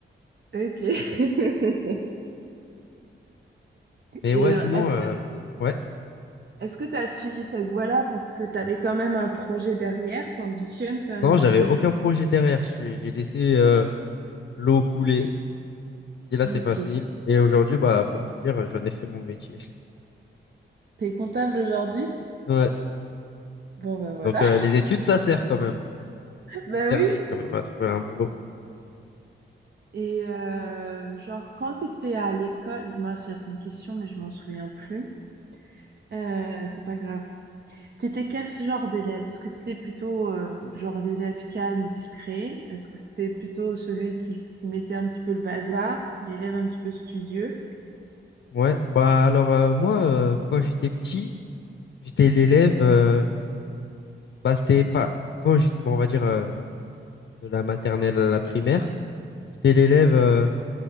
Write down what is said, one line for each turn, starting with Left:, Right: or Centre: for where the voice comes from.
Right: Ok. <laughs>
Left: Mais
Right: Et
Left: ouais, sinon,
Right: euh, est-ce
Left: euh,
Right: que
Left: ouais.
Right: est-ce que tu as suivi cette voie-là parce que tu avais quand même un projet derrière, t'ambitionnes quand même
Left: Non,
Right: quelque
Left: j'avais aucun
Right: chose?
Left: projet derrière. Je- suis- J'ai laissé euh, l'eau couler. Et là,
Right: Ok.
Left: c'est facile. Et aujourd'hui, bah, pour te dire, j'en ai fait mon métier.
Right: T'es comptable aujourd'hui?
Left: Ouais.
Right: Bon ben voilà.
Left: Donc, euh, les études, ça sert quand même.
Right: <laughs> Ben
Left: On servi
Right: oui,
Left: quand même à trouver un boulot.
Right: Et euh, genre, quand tu étais à l'école, moi j'avais une question, mais je m'en souviens plus. Euh, c'est pas grave. T'étais quel genre d'élève? Est-ce que c'était plutôt euh, genre l'élève calme, discret? Est-ce que c'était plutôt celui qui mettait un petit peu le bazar, l'élève un petit peu studieux?
Left: Ouais. Bah, alors, euh, moi, euh, quand j'étais petit, j'étais l'élève. euh, Bah, c'était pas quand j'étais, bon, on va dire euh, de la maternelle à la primaire, j'étais l'élève euh,